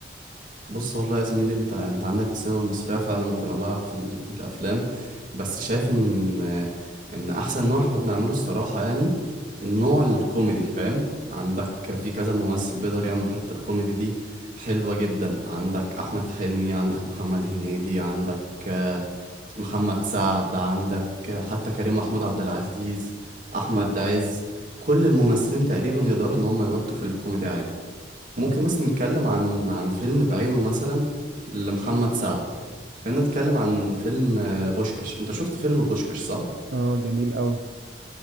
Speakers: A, on the right (about 45°); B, on the right (about 70°).
A: بص والله يا زميلي انت انت عندك السينما المصريه فعلا متنوعه في ال... في الافلام بس شايف ان ان احسن نوع احنا بنعمله الصراحه يعني النوع
B: مم.
A: الكوميدي فاهم عندك في كذا ممثل بيقدر يعمل حتة الكوميدي دي حلوه جدا عندك احمد حلمي عندك محمد هنيدي عندك آه، محمد سعد عندك آه، حتى كريم محمود عبد العزيز احمد عز كل الممثلين تقريبا يقدروا ان هم يودوا في الكوميدي عادي ممكن
B: اه
A: مثلا نتكلم عن عن فيلم بعينه مثلا لمحمد سعد خلينا نتكلم عن فيلم آه، بوشكاش انت شفت فيلم بوشكاش صح
B: اه جميل قوي